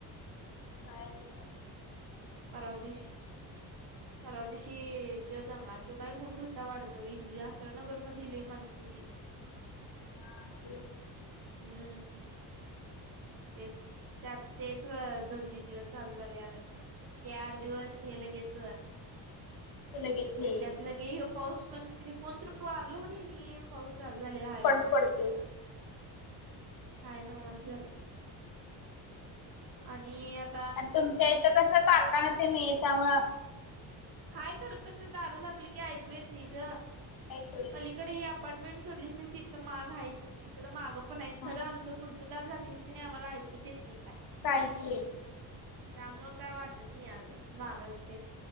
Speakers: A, on the left; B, on the right.
A: काय यार.
B: परावा दिवशी. परा दिशी ते दंगा तो काय गुंड होता वाढतो आसरानगर मधली माणसं होती.
A: हा असं.
B: हम्म <unintelligible> तेच त्यात तेच दोन तीन दिवस चालू झाल्यात. ते आठ दिवस हे लगेच
A: ते लगेच हे
B: आणि त्यात लगे हे पाऊस पण कि कोण तर वारल म्हणली <inaudible> पाऊस चालू झालेला आहे बघ
A: पडते.
B: काय नव्हच झालंय. आणि यात
A: आणि तुमच्या इथ कस कारखाना ते नाही आहेत. त्यामुळ
B: हाय खर कस दारं झाकली की ऐकू येत नाही ग.
A: ऐकुय
B: इकडे ही अपार्टमेंट सोडलीच तिथ माग आहेत. इकड माग पण आहेत
A: हा
B: खरं आमच पुढचं दार झाकलीस की आम्हाला ऐकूच येत नाही काय.
A: काय ऐकू येत नाही.
B: त्यामुळ काय वाटत नाही अग. माग असते.